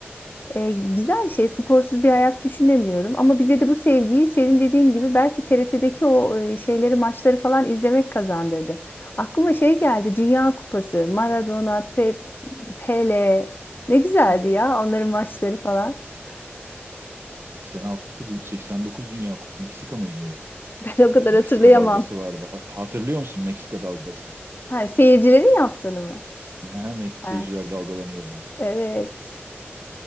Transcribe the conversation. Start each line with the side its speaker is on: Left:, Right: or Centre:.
Left: E, güzel bir şey sporsuz bir hayat düşünemiyorum. Ama bize de bu sevgiyi senin dediğin gibi belki TRT'deki o e, şeyleri maçları falan izlemek kazandırdı. Aklıma şey geldi Dünya Kupası, Maradona, Pe- Pele ne güzeldi
Right: Evet.
Left: ya onların maçları falan. <laughs>
Right: 86, dü- 89 Dünya Kup- Meksika mıydı o?
Left: Ben o kadar
Right: E, Meksika
Left: hatırlayamam.
Right: dalgası vardı. Ha- hatırlıyor musun Meksika dalgası?
Left: Ha, seyircilerin yaptığını mı?
Right: <laughs> Aha, Mek-
Left: Ha,
Right: seyirciler dalgalanıyordu.
Left: evet.